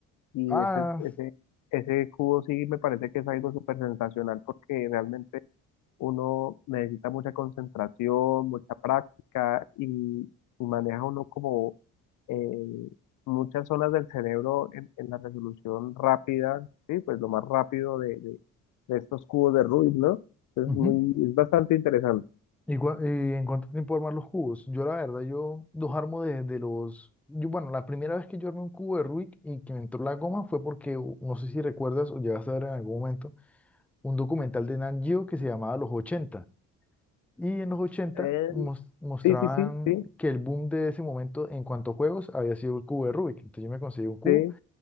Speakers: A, on the left; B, in the centre.
A: y
B: Ah,
A: ese, ese, ese cubo sí me parece que es algo súper sensacional porque realmente uno necesita mucha concentración, mucha práctica y, y maneja uno como eh, muchas zonas del cerebro en, en la resolución rápida, ¿sí? Pues lo más rápido de, de- de estos cubos de Rubik, ¿no? Es
B: ujú.
A: muy, es bastante interesante.
B: ¿Y, cua- y en cuánto tiempo armar los cubos? Yo la verdad, yo los armo de, de los... Yo, bueno, la primera vez que yo armé un cubo de Rubik y que me entró la goma fue porque, u- no sé si recuerdas o llegaste a ver en algún momento, un documental de Nat Geo que se llamaba Los ochenta Y en los ochenta
A: Eh,
B: mos- mostraban
A: sí, sí, sí, sí,
B: que el boom de ese momento en cuanto a juegos había sido el cubo de Rubik. Entonces yo me conseguí un cubo
A: sí.